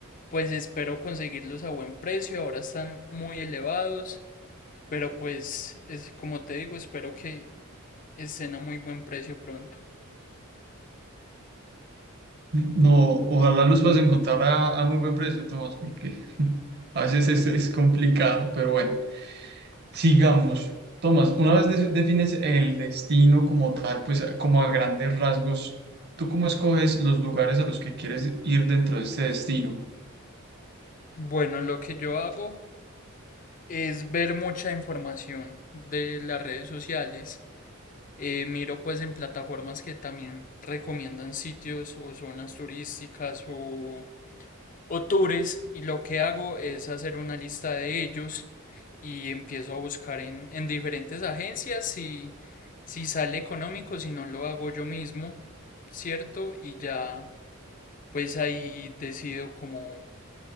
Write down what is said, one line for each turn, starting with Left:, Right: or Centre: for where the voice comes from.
Left: pues espero conseguirlos a buen precio. Ahora están muy elevados, pero pues es como te digo, espero que estén a muy buen precio pronto.
Right: No, ojalá los puedas encontrar a, a muy buen precio, Tomás, porque <laughs> a veces es, es complicado, pero bueno. Sigamos. Tomás, una vez de- defines el destino como tal, pues como a grandes rasgos, ¿tú cómo escoges los lugares a los que quieres ir dentro de este destino?
Left: Bueno, lo que yo hago es ver mucha información de las redes sociales Eh, miro pues en plataformas que también recomiendan sitios o zonas turísticas o, o tours y lo que hago es hacer una lista de ellos y empiezo a buscar en, en diferentes agencias si, si sale económico, si no lo hago yo mismo, ¿cierto? Y ya pues ahí decido como